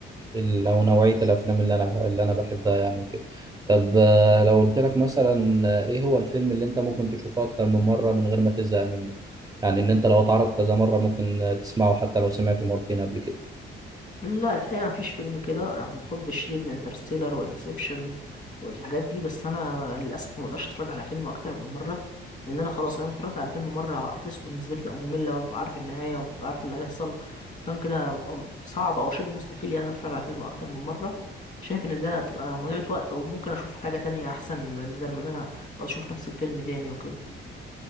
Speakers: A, on the right; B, on the left.
A: ال... أو نوعية الأفلام اللي أنا بح- اللي أنا بحبها يعني وكده طب آه، لو قلت لك مثلا آه، إيه هو الفيلم اللي أنت ممكن تشوفه أكتر من مرة من غير ما تزهق منه يعني إن أنت لو اتعرض كذا مرة ممكن آه، تسمعه حتى لو سمعته مرتين قبل كده
B: لا الحقيقة مفيش فيلم كده رغم حبي الشديد لانترستيلر وانسبشن والحاجات دي بس انا للاسف ما بقدرش اتفرج على فيلم اكتر من مرة لان انا خلاص انا اتفرجت على الفيلم مرة احداثه بالنسبة لي بتبقى مملة وببقى عارف النهاية وببقى عارف اللي هيحصل عشان كده صعب او شبه مستحيل يعني اتفرج على فيلم اكتر من مرة شايف ان ده بتبقى مضيعة وقت وممكن اشوف حاجة تانية احسن من ده من إن انا أقعد اشوف نفس الفيلم تاني وكده